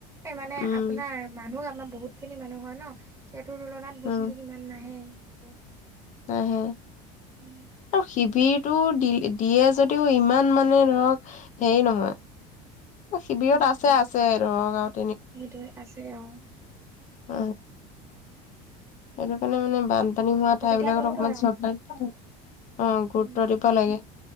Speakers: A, on the right (about 15°); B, on the left (about 45°).
A: এ মানে
B: উম
A: আপোনাৰ মানুহ আমাৰ বহুত খিনি মানুহ হয় ন সেইটোৰ তুলনাত বস্তু
B: উম
A: ইমান নাহে। <unintelligible>
B: নাহে।
A: উম।
B: আৰু শিবিৰ টো দ দিয়ে যদিও ইমান মানে ধৰক হেৰি নহয়। অ শিবিৰত আছে, আছে <inaudible>
A: সেইটোয়ে আছে অ
B: উ
A: <inaudible>
B: সেইটো কাৰণে মানে বান পানী হোৱা
A: অসুবিধা
B: ঠাই বিলাকত
A: বহুত
B: অকমান
A: হয় অ,
B: চৰ অ গুৰুত্ব
A: উম।
B: দিব লাগে,